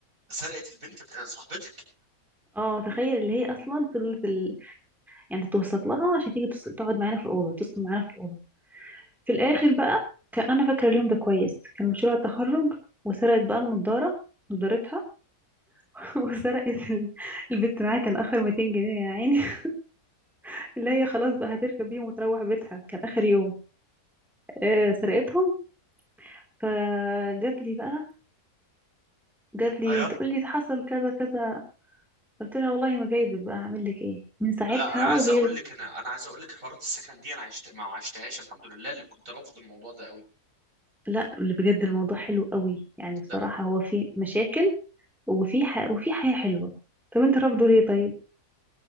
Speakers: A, on the right (about 60°); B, in the centre.
A: سرقت البنت بتاع صاحبتك
B: اه تخيل اللي هي اصلا فضلت ال... يعني توسط لها عشان تيجي تس- تقعد معانا في الاوضه تسكن معانا في الاوضه في الاخر بقى كان انا فاكره اليوم ده كويس كان مشروع التخرج وسرقت بقى النضاره نضارتها <laughs> وسرقت ال- البت معاها كان اخر 200 جنيه يا عيني <laughs> اللي هي خلاص بقى هتركب بيهم وتروح بيتها كان اخر يوم آه سرقتهم فجات لي بقى جات لي
A: ايوه
B: تقول لي حصل كذا كذا قلت لها والله ما جايبك بقى اعمل لك ايه من ساعتها
A: لا انا عايز
B: وهي
A: اقول
B: بت...
A: لك انا انا عايز اقول لك حوارات السكن دي انا عشت ما عشتهاش الحمد لله اللي كنت رافض الموضوع ده قوي
B: لا اللي بجد الموضوع حلو قوي يعني بصراحة
A: ده
B: هو في مشاكل وفي ح... وفي حياة حلوة طب انت رافضه ليه طيب